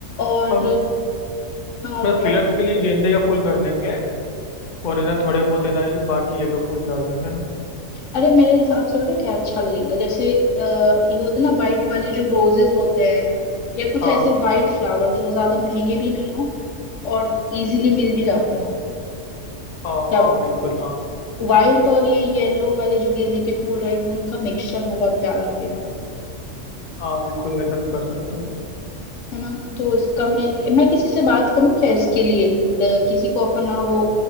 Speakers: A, on the left; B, on the left.
A: और
B: और
A: हाँ और
B: मतलब
A: बताओ
B: फिलर्स के लिए गेंदे का फूल कर लेंगे और है ना थोड़े बहुत है ना बाकी येलो फूल डाल देंगे ना
A: अरे मेरे हिसाब से पता है क्या अच्छा लगेगा जैसे अ, ये होते हैं ना वाइट वाले जो रोजेस होते हैं या कुछ
B: हाँ
A: ऐसे वाइट फ्लावर जो ज्यादा महंगे भी नहीं हो और इजीली मिल भी जाते हो
B: हाँ
A: क्या
B: हाँ
A: बोलते
B: बिल्कुल हाँ
A: हो व्हाइट और ये येलो वाले जो गेंदे के फूल रहेंगे उनका मिक्सचर बहुत प्यारा लगेगा
B: हाँ बिल्कुल वैसा भी कर सकते हैं
A: है ना तो इसका मैं मैं किसी से बात करूं क्या इसके लिए अ, किसी को अपना वो